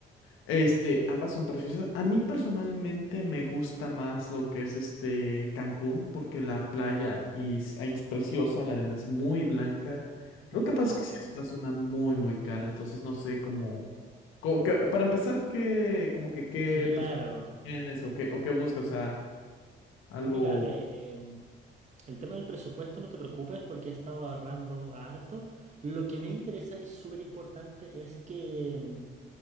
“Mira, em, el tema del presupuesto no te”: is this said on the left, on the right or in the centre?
Right